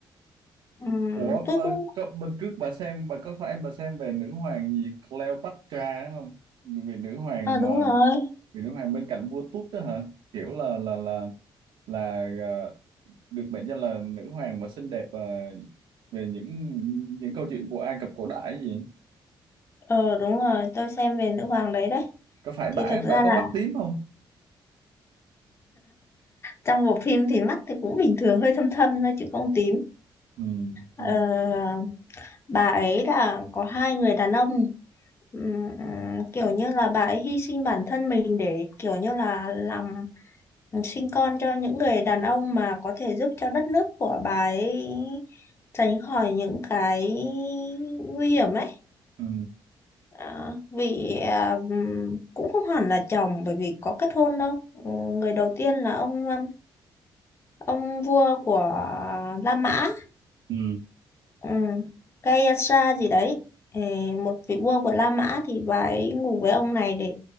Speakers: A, on the left (about 30°); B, on the right (about 75°).
A: Ừm,
B: Ủa,
A: tôi
B: bà,
A: cũng...
B: có, bên trước bà xem bà có phải bà xem về nữ hoàng gì Cleopatra không? Vì nữ hoàng
A: Ờ
B: mà
A: đúng rồi,
B: vì nữ hoàng bên cạnh vua Tút đó hả? Kiểu là là là là à, được mệnh danh là nữ hoàng và xinh đẹp và về những những câu chuyện của Ai Cập cổ đại gì
A: ờ đúng rồi, tôi xem về nữ hoàng đấy đấy.
B: có phải bả
A: Thì thực ra
B: bả có
A: là
B: mắt tím không
A: trong bộ phim thì mắt thì cũng bình thường, hơi thâm thâm thôi chứ không tím.
B: ừ
A: Ờ,
B: ừ
A: bà ấy là có hai người đàn ông Ừm, kiểu như là bà ấy hy sinh bản thân mình để kiểu như là làm sinh con cho những người đàn ông mà có thể giúp cho đất nước của bà ấy tránh khỏi những cái nguy hiểm ấy
B: ừ
A: à, vì à, ừm, cũng không hẳn là chồng bởi vì có kết hôn đâu Ừm, người đầu tiên là ông ừm, ông vua của La Mã
B: ừ
A: ừ. Gayatri gì đấy Ờ, một vị vua của La Mã thì bà ấy ngủ với ông này để